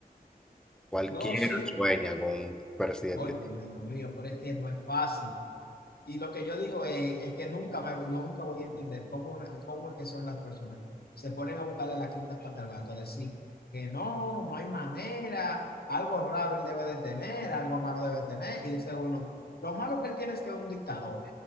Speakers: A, in the centre; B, on the left.
A: cualquiera
B: No, sí.
A: sueña con un presidente.
B: Oye, Dios mío, pero es que no es fácil. Y lo que yo digo es, es que nunca, me, nunca voy a entender cómo, cómo es que son las personas. Se ponen a buscarle las quintas patas al gato, a decir que no, no hay manera, algo raro él debe de tener, algo malo debe de tener. Y dice uno, lo malo que él tiene es que es un dictador.